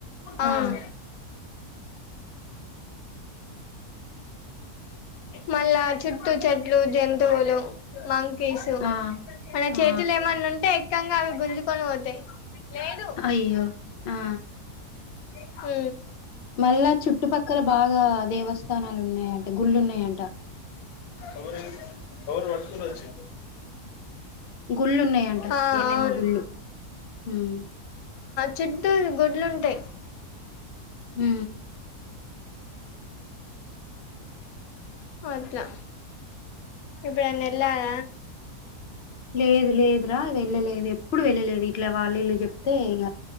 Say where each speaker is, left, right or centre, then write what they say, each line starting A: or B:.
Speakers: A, on the left; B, on the left.
A: అవును
B: ఆ
A: మళ్ళా చుట్టూ చెట్లు జంతువులు మ కేసు
B: ఆ
A: మన చేతులు
B: ఆ
A: ఏమన్నా ఉంటే ముక్కంగా అవి గుంజుకొని పోతాయి లేదు
B: అయ్యో ఆ
A: హ
B: మళ్ళా చుట్టుపక్కల బాగా దేవస్థానాలు ఉన్నాయంట గుళ్ళున్నాయంట
A: అ రంరు వర్ చ
B: గుళ్ళు ఉన్నాయంట
A: ఆ
B: ఏమేమో
A: అవును
B: గుళ్ళు ఉమ్
A: చుట్టటుూ గుొడ్లుంటాయి
B: హ
A: హ అట్లా ఇప్పుడు నెల్లద
B: లేదు లేదురా వెళ్ళలేదు ఎప్పుడూ వెళ్ళలేదు ఇట్లా వాళ్ళు ఈళు చెప్తే ఇగ